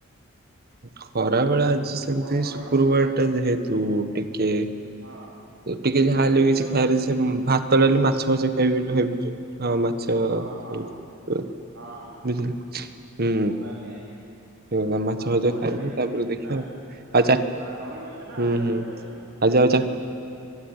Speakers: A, on the right; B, on the right.
A: ଖରାବେଳେ
B: ହୁଁ ହୁଁ
A: ଆଜି ସେମିତି
B: ଆପଣ ଖରାବେଳେ
A: ଶୁକ୍ରବାର ଟା ଯେହେତୁ ଟିକେ
B: ହଁ।
A: ଟିକେ ଯାହା
B: ଆଇଁଷ
A: ହେଲେ
B: ହେଇଥିବ
A: ବି କିଛି ଖାଇଆରେ
B: ତ?
A: ସେ ଭାତ ଡାଲି ମାଛ ମାଛ ଖାଇବି ବୋଲି ଭାବିଚି ହଁ ମାଛ।
B: ହଁ
A: ତ
B: ହଁ
A: ଉଁ
B: ହଁ ହଁ
A: ବୁଝିଲ ହୁଁ।
B: ଆଜ୍ଞା ଆଜ୍ଞା।
A: ସେ
B: ଆଉ
A: ମାଛ ଫାଛ
B: ଭଜା
A: ଖାଇବୁ
B: ଖାଇବେ
A: ତାପରେ
B: ତାହେଲେ ଆପଣ
A: ଦେଖଆ
B: ନା?
A: ଆଉ ଆଚ୍ଛା
B: ଆ ନଈ ମାଛ ନା
A: ହୁଁ
B: ଆନ୍ଧ୍ରା
A: ହୁଁ।
B: ରୋହି ମାଛ?
A: ଆଜି ଆଉ ଚା